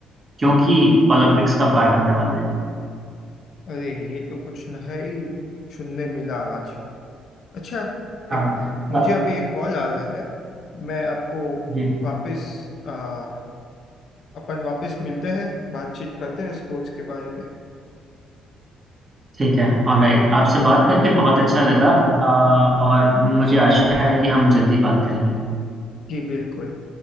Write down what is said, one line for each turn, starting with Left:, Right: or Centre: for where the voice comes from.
Right: क्योंकि ओलंपिक्स का पार्ट होने वाला है
Left: अरे ये तो कुछ नया ही सुनने मिला आज अच्छा
Right: हाँ
Left: एक मुझे
Right: अ,
Left: अभी एक कॉल आ रहा है मैं आपको
Right: जी
Left: वापस आ, अपन वापस मिलते हैं बातचीत करते हैं स्पोर्ट्स के बारे में
Right: ठीक है ऑलराइट आपसे बात करके बहुत अच्छा लगा अ, और मुझे आशा है कि हम जल्दी बात करेंगे
Left: जी बिल्कुल